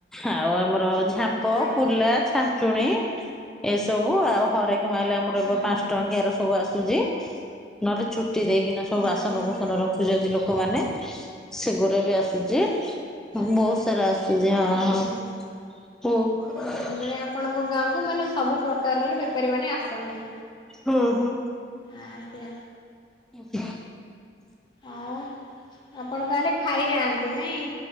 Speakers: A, in the centre; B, on the left (about 25°).
A: ଆଉ ଆମର ଝାମ୍ପ,
B: ଆଜ୍ଞା
A: କୁଲା, ଛାଞ୍ଚୁଣୀ ଏସବୁ ଆଉ ହରେକ ମାଲ ଆମର ରହିବ
B: ଆଜ୍ଞା
A: ପାଞ୍ଚ ଟଙ୍କିର ସବୁ ଆସୁଚି। ନହେଲେ ଛୁଟି ଦେଇକିନା ସବୁ
B: ଆଜ୍ଞା
A: ବାସନକୁସନ ରଖୁଚନ୍ତି ଲୋକୋମାନେ ସେଗୁରା ବି ଆସୁଚି।
B: ଆଜ୍ଞା
A: ବୋହୁତ ସାରା ଆସୁଚି ହଁ
B: ଆଜ୍ଞା।
A: ହଁ ହୋଉ
B: ହୁଁ ମାନେ ଆପଣଙ୍କ ଗାଁକୁ ମାନେ ସବୁ ପ୍ରକାରର ବେପାରୀ ମାନେ ଆସନ୍ତି।
A: ହୁଁ ହୁଁ।
B: ଆଜ୍ଞା।
A: <unintelligible>
B: ଆଉ ଆପଣ ତାହେଲେ ଖାଇନାହାନ୍ତି ନାଇଁ?